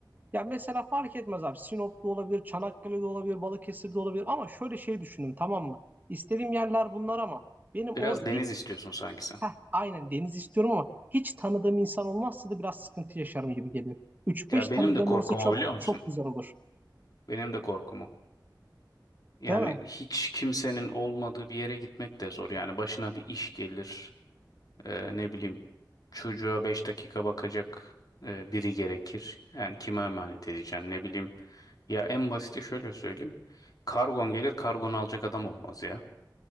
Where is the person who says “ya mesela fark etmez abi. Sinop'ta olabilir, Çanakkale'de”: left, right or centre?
Right